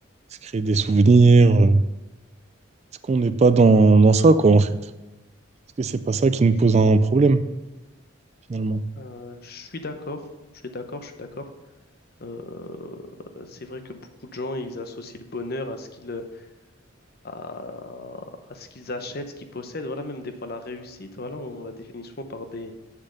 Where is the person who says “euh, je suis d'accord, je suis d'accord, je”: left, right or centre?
Left